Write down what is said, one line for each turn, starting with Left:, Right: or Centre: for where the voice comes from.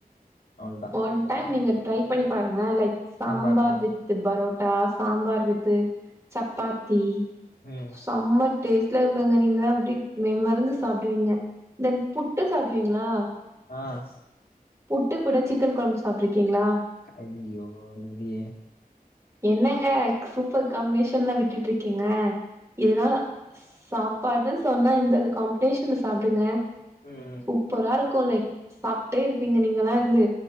Left: அவ்ளோதா
Right: ஒன் டைம் நீங்க ட்ரை பண்ணி பாருங்ளே லைக் சாம்பார்
Left: சாம்பாரா
Right: வித் பரோட்டா சாம்பார் வித்து சப்பாத்தி
Left: ம்
Right: சம்ம டேஸ்ட்ல இருக்குங்க நீங்ளா அப்டி மெய் மறந்து சாப்டுவீங்க தென் புட்டு சாப்டுவீங்ளா
Left: ஆ
Right: புட்டு கூட சிக்கன் கொழம்பு சாப்ட்ருக்கீங்ளா
Left: அய்யுய்யோ இல்லீயே
Right: என்னங்க சூப்பர் காம்னேஷன்லா விட்டுட்டுட்ருக்கீங்க இதுல்லா சாப்பாடு சொன்னா இந்த காம்ப்னேஷன்ல சாப்டுங்க
Left: ம் ம்
Right: சூப்பரா இருக்கும் லைக் சாப்ட்டே இருப்பீங்க நீங்கல்லா இர்ந்து